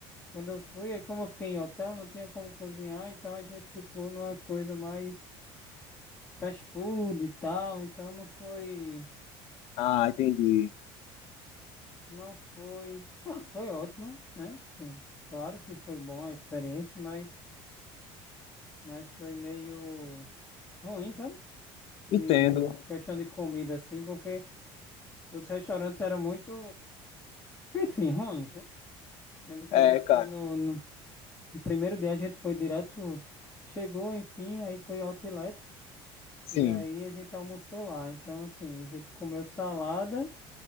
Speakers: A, on the left; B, on the left.
A: Quando eu fui, aí como eu fiquei em hotel, não tinha como cozinhar, então a gente ficou numa coisa mais fast food e tal, então não foi.
B: Ah, entendi.
A: Não foi. Não, foi ótimo, né? Sim. Claro que foi bom a experiência, mas, mas foi meio ruim, sabe? De,
B: Entendo.
A: de questão de comida, assim, porque os restaurantes eram muito, enfim, ruins, né? Lembro que
B: É,
A: a gente
B: cara,
A: foi no, no no primeiro dia, a gente foi direto, chegou, enfim, aí foi outlet,
B: sim,
A: e aí a gente almoçou lá. Então, assim, a gente comeu salada,